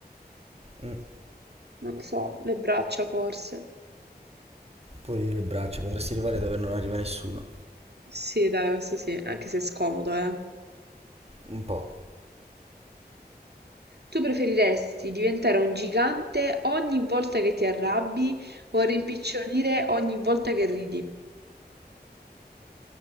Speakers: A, on the right (about 35°); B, on the right (about 75°).
A: Mm,
B: Non lo so, le braccia forse.
A: pure io le braccia, potresti arrivare dove non arriva nessuno.
B: Sì, dai, questo sì, anche se è scomodo, eh.
A: Un po'.
B: Tu preferiresti diventare un gigante ogni volta che ti arrabbi o rimpicciolire ogni volta che ridi?